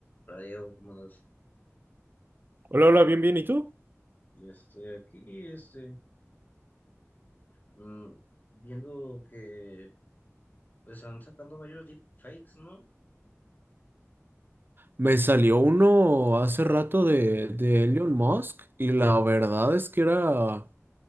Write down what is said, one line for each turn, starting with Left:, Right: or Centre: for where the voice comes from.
Left: Hola Diego, ¿cómo andas?
Right: Hola, hola, bien, bien, ¿y tú?
Left: Ya Estoy aquí, este, mm, viendo que pues están sacando varios deepfakes, ¿no?
Right: Me salió uno hace rato de, de Elon Musk y la verdad es que era,